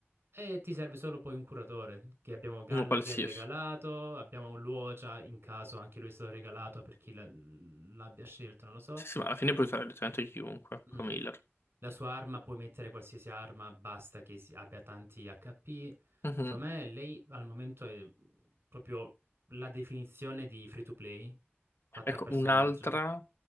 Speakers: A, on the right; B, on the left.
A: E ti serve solo poi un curatore, che abbiamo Galla
B: Uno qualsiasi.
A: che è regalato, abbiamo Luocia in caso anche lui è stato regalato per chi la- l'abbia scelto, non lo so.
B: Sì, sì, ma alla fine puoi usare letteralmente chiunque come
A: Mm.
B: healer.
A: La sua arma puoi mettere qualsiasi arma, basta che si- abbia tanti HP.
B: Mhm.
A: Secondo me lei al momento è proprio la definizione di free to play fatta
B: Ecco,
A: a personaggio.
B: un'altra